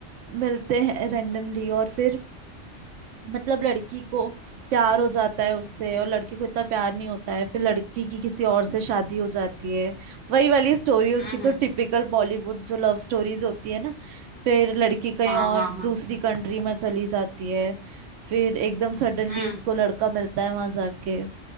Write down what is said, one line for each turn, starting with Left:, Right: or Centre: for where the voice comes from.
Right: मिलते हैं रेंडमली और फिर मतलब लड़की को प्यार हो जाता है उससे और लड़के को इतना प्यार नहीं होता है फिर लड़की की किसी और से शादी हो जाती है वही वाली स्टोरी है उसकी
Left: हम्म
Right: तो
Left: हम्म
Right: टिपिकल बॉलीवुड जो लव स्टोरीज होती है ना फिर लड़की कहीं
Left: हाँ
Right: और
Left: हाँ हाँ
Right: दूसरी कंट्री में चली जाती है फिर एकदम सडनली
Left: हम्म
Right: उसको लड़का मिलता है वहां जाके